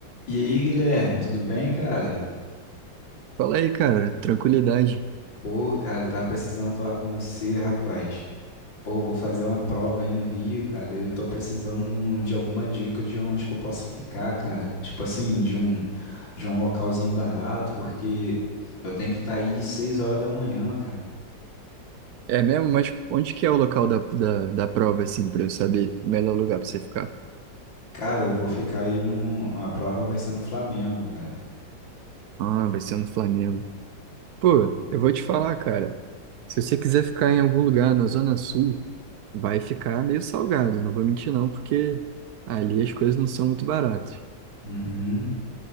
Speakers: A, on the left (about 80°); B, on the right (about 70°).
A: E aí, Guilherme, tudo bem, cara?
B: Fala aí, cara, tranquilidade.
A: Pô, cara, eu tava precisando falar com você, rapaz. Pô, vou fazer uma prova aí no Rio, cara. Eu tô precisando de alguma dica de onde que eu posso ficar, cara. Tipo assim, de um de um localzinho barato, porque eu tenho que estar aí seis horas da manhã, cara.
B: É mesmo? Mas onde que é o local da, da, da prova, assim, pra eu saber o melhor lugar pra você ficar?
A: Cara, eu vou ficar aí no. A prova vai ser no Flamengo, cara.
B: Ah, vai ser no Flamengo. Pô, eu vou te falar, cara. Se você quiser ficar em algum lugar na Zona Sul, vai ficar meio salgado, não vou mentir não, porque ali as coisas não são muito baratas.
A: Uhum.